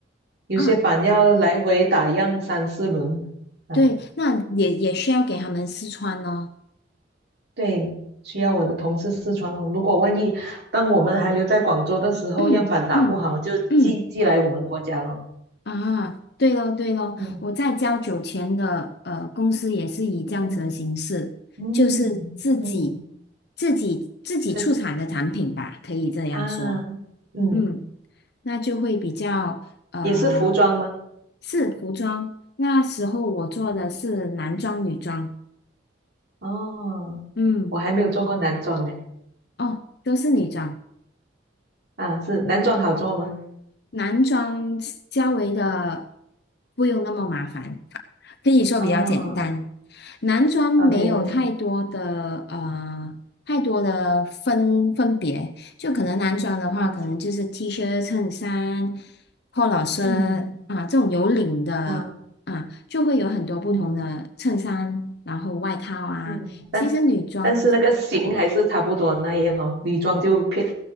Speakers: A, on the right; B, on the left.
A: 有些板要来回打样三四轮，
B: 啊，
A: 啊，
B: 对，那也也需要给他们试穿咯。
A: 对，需要我的同事试穿哦。如果万一当我们还留在广州的时候，
B: 嗯嗯嗯
A: 样板打不好，就寄寄来我们国家了。
B: 啊，对咯对咯，
A: 嗯
B: 我在交酒钱的呃公司也是以这样子的形式，
A: 嗯嗯嗯，
B: 就是自己自己自己出产的产品吧，
A: 是
B: 可以这样说。
A: 啊，嗯，
B: 嗯。那就会比较呃，
A: 也是服装吗？
B: 是服装。那时候我做的是男装、
A: 嗯，
B: 女装，
A: 哦，
B: 嗯，
A: 我还没有做过男装呢。
B: 哦，都是女装，
A: 啊，是男装好做吗？
B: 男装较为的不用那么麻烦。可以说比较简单。
A: 哦
B: 男装没有太多的呃太多的分分别，
A: ，OK，
B: 就可能男装的话，
A: 啊，
B: 可能就是 T 恤、衬衫、p o l
A: 嗯
B: 啊这种有领的啊，
A: 啊，
B: 就会有很多不同的衬衫，
A: 嗯
B: 然后外套啊。
A: 嗯，但。
B: 其实女装
A: 但是那个型还是差不多那样哦，女装就变